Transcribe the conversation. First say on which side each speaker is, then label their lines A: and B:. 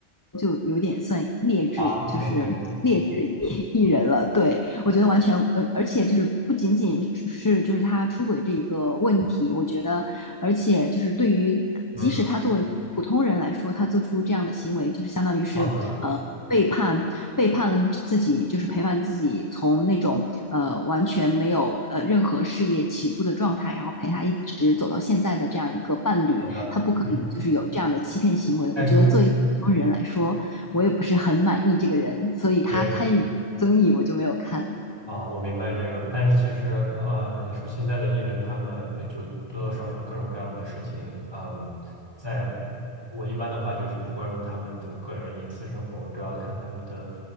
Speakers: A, on the left; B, on the right.
A: 就有点算劣质，
B: 啊，OK，
A: 就是劣质艺艺人了。对，我觉得完全呃，而且就是不仅仅是就是他出轨这一个问题，我觉得，而且就是对于即使他作为普通人来说，
B: 嗯，
A: 他做出这样的行为，就是相当于是呃背叛背叛了自己，
B: 好的，
A: 就是陪伴自己从那种呃完全没有呃任何事业起步的状态，然后陪他一直走到现在的这样一个伴侣，
B: 好的，
A: 他不可以就是有这样的欺骗行为。
B: 嗯，但是我
A: 我觉得作为普通人来说，我也不是很满意这个人，所以他参与综艺我就没有看。
B: 对。啊，我明白这个，但是其实，呃，你说现在的艺人，他们呃就多多少少各种各样的事情，嗯，在我一般的话就是不关注他们的个人隐私生活，我主要看他们的